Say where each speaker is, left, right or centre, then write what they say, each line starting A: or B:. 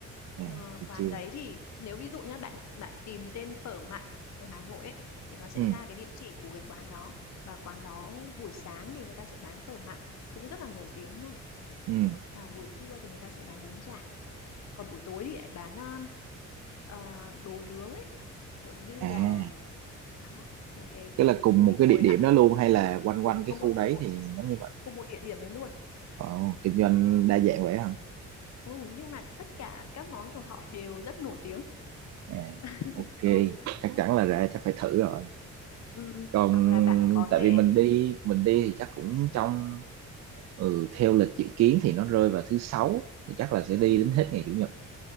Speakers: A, on the right; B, on the left.
A: à
B: Ờ,
A: tôi
B: quán
A: chưa
B: đấy thì nếu ví dụ nhá bạn bạn tìm tên phở mặn ở Hà Nội ấy thì nó sẽ
A: ừ
B: ra cái địa chỉ của cái quán đó và quán đó buổi sáng thì người ta sẽ bán phở mặn cũng rất là nổi tiếng nha
A: ừ
B: và buổi trưa thì người ta sẽ bán bún chả còn buổi tối thì lại bán um, ờ, đồ nướng ấy kiểu như
A: à
B: là đó mấy cái kiểu
A: tức là cùng
B: như mình
A: một cái
B: ngồi
A: địa điểm
B: ăn
A: đó
B: nướng
A: luôn hay là quanh
B: đúng
A: quanh cái
B: đúng
A: khu
B: rồi
A: đấy
B: cùng
A: thì nó như vậy
B: cùng một địa điểm ấy luôn
A: ồ kinh doanh đa dạng vậy hả
B: ừ, nhưng mà tất cả các món của họ đều rất nổi tiếng
A: À,
B: <laughs>
A: ok,
B: ừ
A: chắc chắn là ra chắc phải thử rồi.
B: Ừ,
A: Còn
B: hoặc là bạn có
A: tại
B: thể
A: vì mình đi mình đi thì chắc cũng trong ừ, theo lịch dự kiến thì nó rơi vào thứ sáu thì chắc là sẽ đi
B: ừ,
A: đến hết ngày chủ nhật.